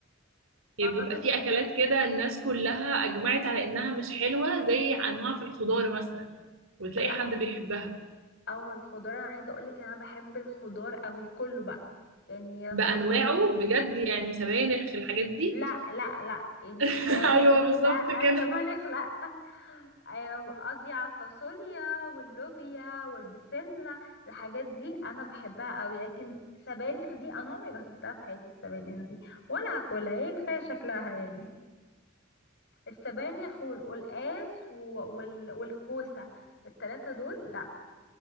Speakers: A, on the left; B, on the right.
A: ما
B: يعني
A: اعتقدش
B: بيبقى في
A: يعني.
B: اكلات كده الناس كلها اجمعت على انها مش حلوه زي انواع في الخضار مثلا وتلاقي
A: لا
B: حد بيحبها
A: اه الخضار انا عايزه اقولك ان انا بحب الخضار قوي كله بقى يعني
B: بانواعه
A: فاصوليا
B: بجد يعني سبانخ الحاجات دي
A: لا لا لا يعني
B: <laughs>
A: آه
B: ايوه
A: لا
B: بالظبط كده
A: سبانخ لا ايوه قصدي على الفاصوليا واللوبيا والبسله الحاجات دي انا بحبها قوي لكن سبانخ دي انا عمري ما اكلتها في حياتي السبانخ دي ولا هاكلها هي كفايه شكلها يعني السبانخ والقلقاس و- وال... والكوسه التلاتة دول لا